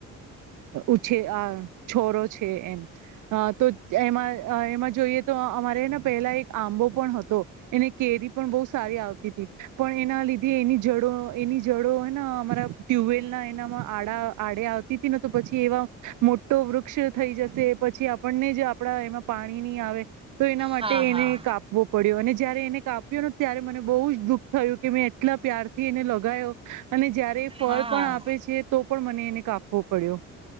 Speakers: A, on the right; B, on the right.
A: ઉછેર આ છોરો છે, એમ હ, તો એમા, એમાં જોઈએ તો અમારે પહેલા એક આંબો પણ હતો. એને કેરી પણ બહુ સારી આવતી હતી. પણ એના લીધે એની જડો એની જડો હેને અમારા ટ્યુબવેલ ના એનામાં આડા આડે આવતી હતી. ને તો પછી એવા મોટો વૃક્ષ થઈ જશે. પછી, આપણને જ આપડા એમાં પાણી નહી, આવે તો એના માટે
B: હા
A: એને
B: હા
A: કાપવો પડ્યો અને જયારે એને કાપ ત્યારે મને બહુ જ દુઃખ થયું કે મેં એટલા પ્યારથી એને લગાયો અને જ્યારે ફળ
B: હા
A: પણ આપે છે તો પણ મને એને કાપ પડ્યો